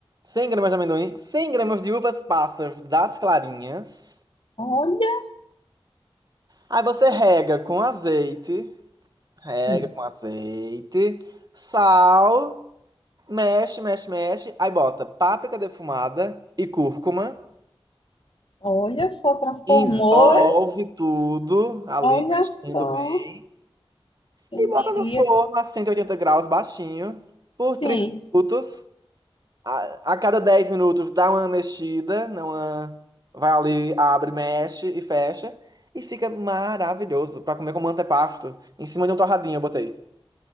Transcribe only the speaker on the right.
100 gramas de amendoim, 100 gramas de uvas passas das clarinhas.
Aí você rega com azeite, rega
com azeite, sal Mexe, mexe, mexe. Aí bota páprica defumada e cúrcuma.
Envolve tudo ali,
mexendo
bem.
E bota
no forno a 180 graus, baixinho, por
30 minutos. A, a cada 10 minutos dá uma mexida, não uma- vai ali, abre, mexe e fecha. E fica maravilhoso pra comer como antepasto. Em cima de um torradinho eu botei.